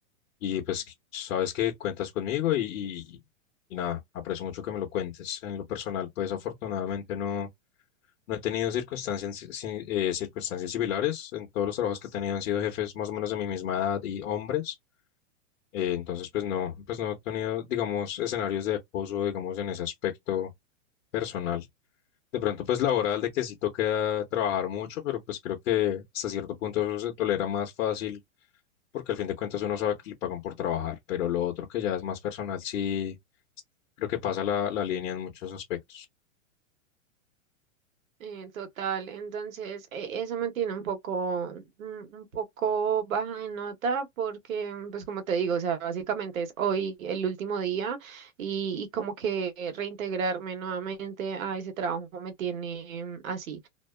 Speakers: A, on the left (about 70°); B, on the right (about 80°).
A: Y pues sabes que cuentas conmigo y, y, y nada, aprecio mucho que me lo cuentes. En lo personal, pues afortunadamente no. No he tenido circunstancias, si- si, eh, circunstancias similares. En todos los trabajos que he tenido han sido jefes más o menos de mi misma edad y hombres. Eh, entonces, pues no, pues no he tenido, digamos, escenarios de acoso, digamos, en ese aspecto personal. De pronto, pues laboral, de que sí toca trabajar mucho, pero pues creo que hasta cierto punto eso se tolera más fácil, porque al fin de cuentas uno sabe que le pagan por trabajar. Pero lo otro que ya es más personal, sí, creo que pasa la, la línea en muchos aspectos.
B: Eh, total, entonces e- eso me tiene un poco, un un poco baja de nota porque, mm, pues como te digo, o sea, básicamente es hoy el último día y, y como que reintegrarme nuevamente a ese trabajo me tiene mm, así.